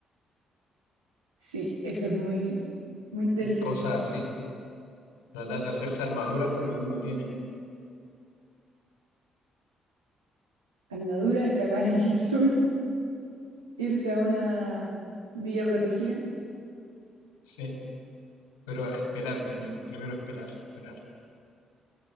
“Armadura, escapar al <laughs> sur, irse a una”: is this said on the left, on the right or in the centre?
Right